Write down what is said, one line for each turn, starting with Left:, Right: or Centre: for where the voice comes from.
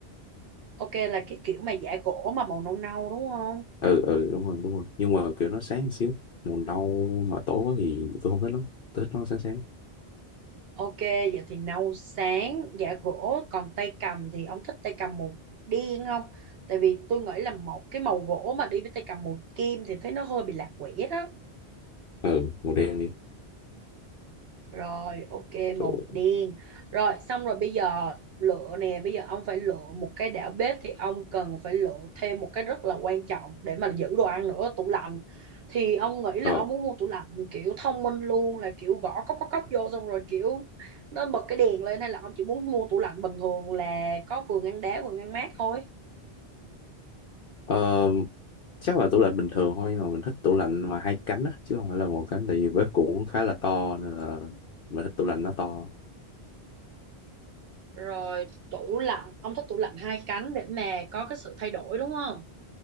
Right: ok là cái kiểu mà giả gỗ mà màu nâu nâu đúng không
Left: ừ ừ đúng rồi đúng rồi nhưng mà kiểu nó sáng một xíu màu nâu mà tối quá thì tôi không thích lắm tôi thích nó sáng sáng
Right: Ok, vậy thì nấu sáng giả gỗ, còn tay cầm thì ông thích tay cầm màu đen không? Tại vì tôi nghĩ là một cái màu gỗ mà đi với tay cầm màu kim thì thấy nó hơi bị lạc quẻ đó.
Left: ừ màu đen đi
Right: Rồi, ok,
Left: ừ.
Right: màu đen. Rồi, xong rồi bây giờ lựa nè, bây giờ ông phải lựa một cái đảo bếp thì ông cần phải lựa thêm một cái rất là quan trọng để mà giữ đồ ăn nữa, tủ lạnh. Thì ông nghĩ là
Left: ờ
Right: ông muốn mua tủ lạnh kiểu thông minh luôn là kiểu gõ cốc cốc cốc vô xong rồi kiểu nó bật cái đèn lên hay là ông chỉ muốn mua tủ lạnh bình thường là có vừa ngăn đá vừa ngăn mát thôi.
Left: ờ, chắc là tủ lạnh bình thường thôi nhưng mà mình thích tủ lạnh mà hai cánh á chứ không phải là một cánh tại vì bếp cũng khá là to nên là mình thích tủ lạnh nó to
Right: Rồi, tủ lạnh, ông thích tủ lạnh hai cánh để mà có cái sự thay đổi đúng không?